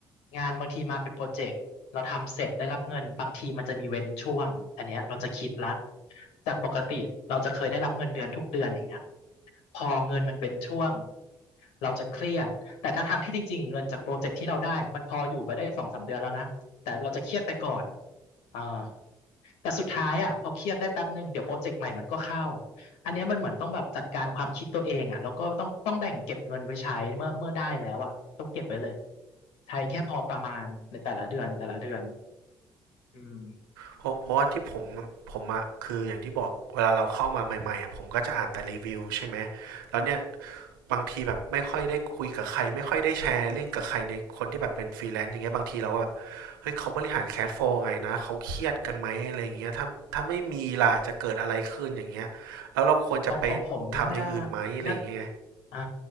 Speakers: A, on the left; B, on the right.
A: งานบางทีมาเป็นโปรเจกต์เราทำเสร็จได้รับเงินบางทีมันจะมีเว้นช่วงอันเนี้ยเราจะคิดละจากปกติเราจะเคยได้รับเงินเดือนทุกเดือนอย่างเงี้ยพอเงินมันเว้นช่วงเราจะเครียดแต่ทั้งทางที่จริงๆเงินจากโปรเจกต์ที่เราได้มันพออยู่ไปได้สองสามเดือนแล้วนะแต่เราจะเครียดไปก่อนอ่าแต่สุดท้ายอ่ะพอเครียดได้แป๊บหนึ่งเดี๋ยวโปรเจกต์ใหม่มันก็เข้า อันเนี้ยมันเหมือนต้องแบบจัดการความคิดตัวเองอ่ะแล้วก็ต้องต้องแบ่งเก็บเงินไว้ใช้เมื่อเมื่อได้แล้วอ่ะต้องเก็บไว้เลยใช้แค่พอประมาณในแต่ละเดือนแต่ละเดือนอืม
B: เพราะเพราะว่าที่ผมผมอะ คืออย่างที่บอกเวลาเราเข้ามาใหม่ๆอะผมก็จะอ่านแต่รีวิวใช่ไหมแล้วเนี่ย บางทีแบบไม่ค่อยได้คุยกับใคร ไม่ค่อยได้แชร์เรื่องกับใครในคนที่แบบเป็นฟรีแลนซ์อย่างเงี้ยบางทีเราก็แบบเฮ้ยเขาบริหารแคชโฟลว์ไงนะเขาเครียดกันไหมอะไรอย่างเงี้ยถ้าถ้าไม่มีล่ะจะเกิดอะไรขึ้นอย่างเงี้ยแล้วเราควรจะไป
A: ของของผมนี่น่า
B: ทำอย่างอื่นไหมอะไรอย่างเงี้ย
A: น่าอ่า